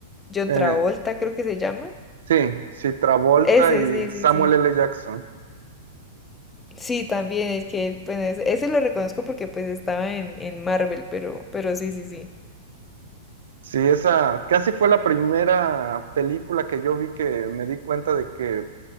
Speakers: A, on the left; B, on the right.
A: John
B: Eh,
A: Travolta, creo que se llama.
B: sí, sí, Travolta
A: Ese,
B: y
A: sí,
B: Samuel
A: sí, sí.
B: L. Jackson.
A: Sí, también, es que, bueno, ese, ese lo reconozco porque pues estaba en, en Marvel, pero, pero sí, sí, sí.
B: Sí, esa casi fue la primera película que yo vi que me di cuenta de que